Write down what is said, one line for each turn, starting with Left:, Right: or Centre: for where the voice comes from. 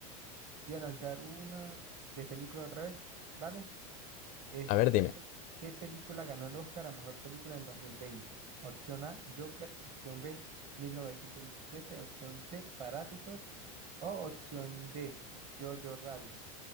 Right: Te voy a lanzar una de película otra vez, ¿vale? Esta
Left: A ver, dime.
Right: vez, ¿qué película ganó el Oscar a mejor película en el dos mil veinte Opción A, Joker. Opción B, mil novecientos diecisiete Opción C, Parásitos. O opción D, Jojo Rabbit.